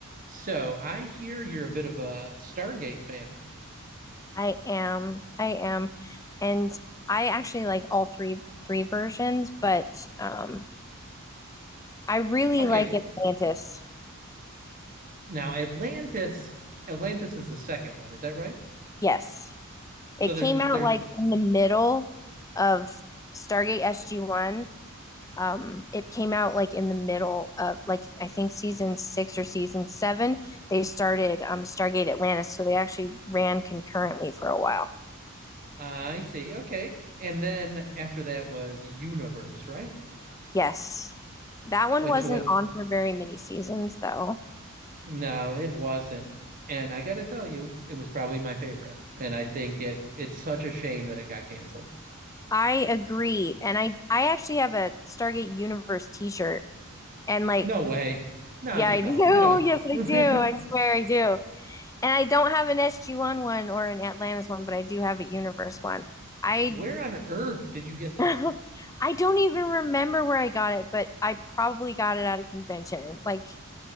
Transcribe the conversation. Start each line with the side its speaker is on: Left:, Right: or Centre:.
Right: So I hear you're a bit of a Stargate fan.
Left: I am. I am. And I actually like all three three versions, but um I really
Right: Okay,
Left: like Atlantis.
Right: now Atlantis, Atlantis is the second one, is that right?
Left: Yes. It
Right: So there's
Left: came out
Right: there's
Left: like in the middle of Stargate SG-1. Um it came out like in the middle of like I think season 6 or season 7 they started um Stargate Atlantis, so they actually ran concurrently for a while.
Right: I see. Okay. And then after that was Universe, right?
Left: Yes. That one
Right: Which
Left: wasn't
Right: what
Left: on for very many seasons though.
Right: no, it wasn't. And I gotta tell you, it was probably my favorite. And I think it it's such a shame that it got canceled.
Left: I agree. And I I actually have a Stargate Universe t-shirt. And like,
Right: No way. No,
Left: yeah,
Right: you
Left: I
Right: don't.
Left: do.
Right: You don't.
Left: <laughs> Yes, I
Right: <laughs>
Left: do. I swear I do. And I don't have an SG-1 one one or an Atlantis one, but I do have a Universe one. I
Right: Where on earth did you get that?
Left: <laughs> I don't even remember where I got it, but I probably got it at a convention. Like